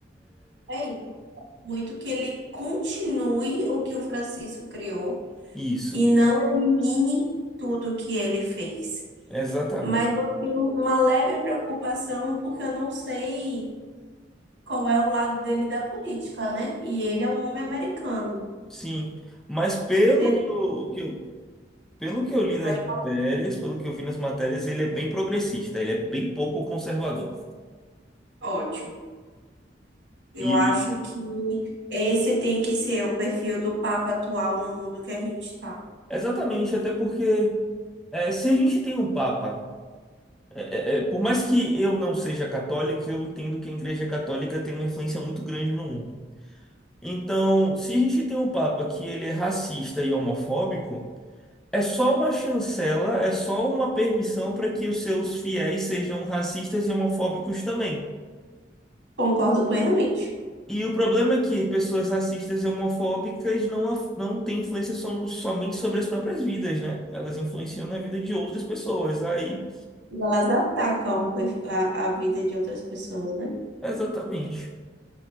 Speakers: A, on the right; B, in the centre.
A: É isso. Muito que ele continue o que o Francisco criou.
B: Isso,
A: e não elimine tudo que ele fez.
B: exatamente.
A: Mas eu tenho uma leve preocupação porque eu não sei qual é o lado dele da política, né? E ele é um homem americano.
B: Sim, mas pelo
A: Ele
B: que eu, que eu- pelo que eu li nas
A: pode...
B: matérias, pelo que eu vi nas matérias, ele é bem progressista, ele é bem pouco conservador.
A: Ótimo. Eu
B: E
A: acho que esse tem que ser o perfil do Papa atual no mundo que a gente está.
B: exatamente, até porque é, se a gente tem um papa É, é, é, por mais que eu não seja católico, eu entendo que a Igreja Católica tem uma influência muito grande no mundo. Então, se a gente tem um Papa que ele é racista e homofóbico, é só uma chancela, é só uma permissão para que os seus fiéis sejam racistas e homofóbicos também.
A: Concordo plenamente.
B: E o problema é que pessoas racistas e homofóbicas não, af- não têm influência som- somente sobre as próprias vidas, né? Elas influenciam na vida de outras pessoas. Aí,
A: E elas atacam pe- a, a vida de outras pessoas, né?
B: exatamente.